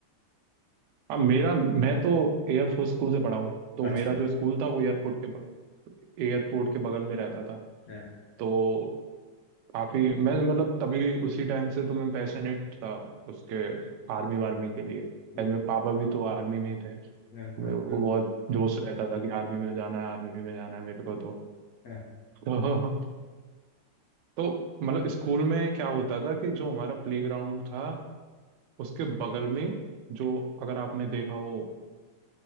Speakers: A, on the right (about 75°); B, on the left (about 75°).
A: अब मेरा मैं तो एयरफोर्स स्कूल से पढ़ा हूँ तो
B: अच्छा
A: मेरा जो स्कूल था वो एयरपोर्ट के बगल एयरपोर्ट के बगल में रहता था
B: हाँ
A: तो काफी मैं मतलब तभी उसी टाइम से तो मैं पैशनेट था उसके आर्मी वार्मी के लिए
B: हम्म,
A: एंड मेरे पापा भी तो आर्मी में ही थे तो
B: हम्म, हाँ
A: मेरे
B: हाँ
A: को
B: हाँ
A: बहुत जोश रहता था कि आर्मी में जाना है आर्मी में जाना है मेरे को तो
B: हाँ
A: <laughs> तो, तो मतलब स्कूल में क्या होता था कि जो हमारा प्लेग्राउंड था उसके बगल में जो अगर आपने देखा हो